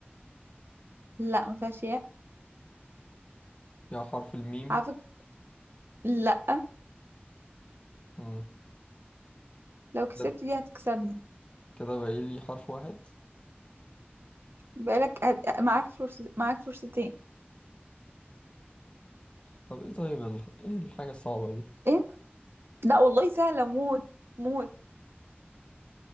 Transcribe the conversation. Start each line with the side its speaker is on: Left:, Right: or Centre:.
Right: لا مفيهاش ياء
Left: فيها حرف الميم
Right: على فكرة لا
Left: مم.
Right: لو كسبت
Left: كده
Right: دي هتكسبني
Left: كده باقي لي حرف واحد
Right: بقالك هت... معاك فرصة معاك فرصتين
Left: طب ايه طيب ال... ايه الحاجة الصعبة دي
Right: ايه لا والله سهلة موت موت